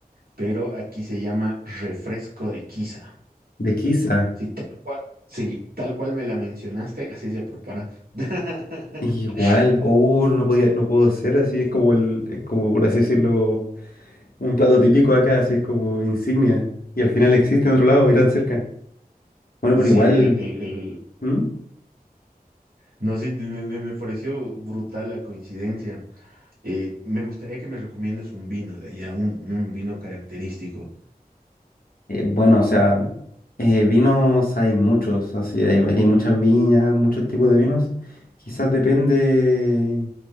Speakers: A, on the right; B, on the left.
A: pero aquí se llama refresco de quiza.
B: de quizá.
A: Sí, tal cual. Sí, tal cual me la mencionaste, así se prepara. <laughs>
B: Igual, oh, no podía, no puedo ser así, es como el, es como por así decirlo, un plato típico acá, así es como insignia. Y al final existe en otro lado y tan cerca. Bueno,
A: Sí,
B: pero igual.
A: el, el- el-
B: ¿Mm?
A: No, sí, me, me- me pareció brutal la coincidencia. Eh, me gustaría que me recomiendes un vino de allá, un, un vino característico.
B: Eh, bueno, o sea, eh, vinos hay muchos, así hay, aquí hay muchas viñas, muchos tipos de vinos. Quizás depende